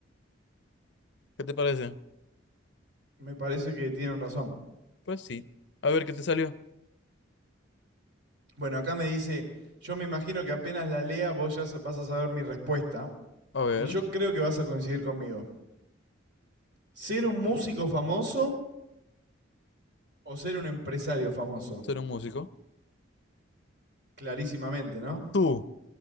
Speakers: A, on the left; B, on the right.
A: ¿Qué te parece?
B: Me parece que tienen razón.
A: Pues sí. A ver, ¿qué te salió?
B: Bueno, acá me dice, yo me imagino que apenas la lea vos ya vas a saber mi respuesta.
A: A ver,
B: Y yo creo que vas a coincidir conmigo. ¿Ser un músico famoso o ser un empresario famoso?
A: ser un músico.
B: Clarísimamente, ¿no?
A: Tú.